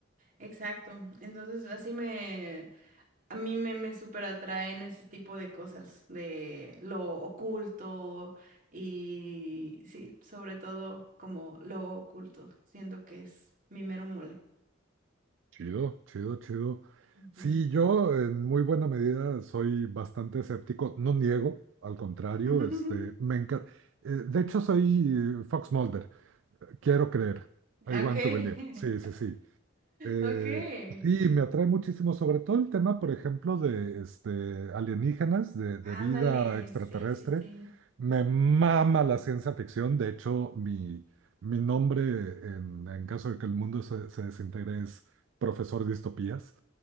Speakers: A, on the right; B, on the right.
A: exacto. Entonces así me, a mí me, me súper atraen ese tipo de cosas, de lo oculto. Y sí, sobre todo como lo oculto, siento que es mi mero mole.
B: Chido, chido, chido.
A: Ujú.
B: Sí, yo en muy buena medida soy bastante escéptico, no niego, al contrario,
A: <laughs>
B: este, me encanta. de hecho, soy eh, Fox Mulder, quiero creer, I
A: Okay.
B: want to believe. Sí, sí, sí. Eh,
A: <laughs> Okay.
B: sí, me atrae muchísimo, sobre todo el tema, por ejemplo, de este, alienígenas, de, de
A: Ándale,
B: vida extraterrestre.
A: sí, sí, sí.
B: Me mama la ciencia ficción. De hecho, mi, mi nombre, en, en caso de que el mundo se, se desintegre, es profesor distopías.